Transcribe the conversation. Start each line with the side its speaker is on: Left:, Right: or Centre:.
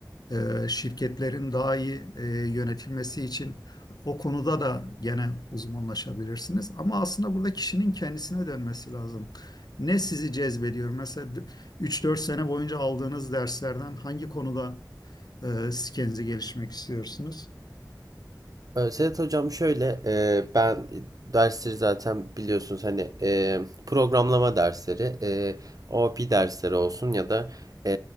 Left: e, şirketlerin daha iyi e, yönetilmesi için o konuda da gene uzmanlaşabilirsiniz. Ama aslında burada kişinin kendisine dönmesi lazım. Ne sizi cezbediyor? Mesela üç dört sene boyunca aldığınız derslerden hangi konuda e, siz kendinizi gelişmek istiyorsunuz?
Right: Ee, Sedat Hocam şöyle e, ben dersleri zaten biliyorsunuz hani e, programlama dersleri, e, OOP dersleri olsun ya da e,